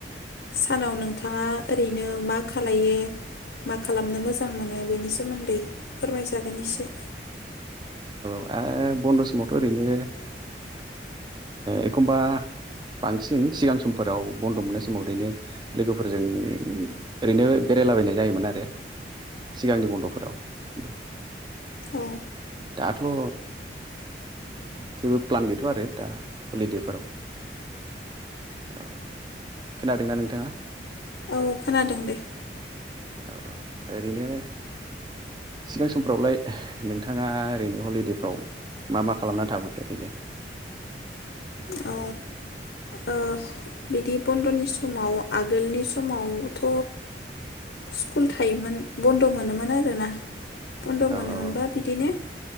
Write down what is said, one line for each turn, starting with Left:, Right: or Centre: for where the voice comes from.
Left: सानाव नोंथाङा ओरैनो मा खालायो मा खालामनो मोजां मोनो बेनि सोमोन्दै फोरमायजागोन एसे
Right: ओ बन्द' समावथ' ओरैनो ओ एखमबा बांसिन सिगां समफोराव बन्द' मोननाय समाव ओरैनो लोगोफोरजों ओरैनो बेरायलाबायनाय जायोमोन आरो सिगांनि बन्द'फोराव <unintelligible> <unintelligible>
Left: औ
Right: थ' ओ जेबो प्लान गैथ'आ आरो दा हलिदेफोराव औ खोनादोंना नोंथाङा
Left: औ खोनादों दे
Right: औ औ ओरैनो सिगां समफ्रावलाय नोंथाङा ओरैनो हलिदेफ्राव मा मा खालामना थाबोखो ओरैनो
Left: औ ओ बिदि बन्द'नि समाव आगोलनि समावथ' स्कुल थायोमोन बन्द' मोनोमोन आरोना बन्द
Right: औ
Left: मोनो
Right: औ
Left: मोनबा बिदिनो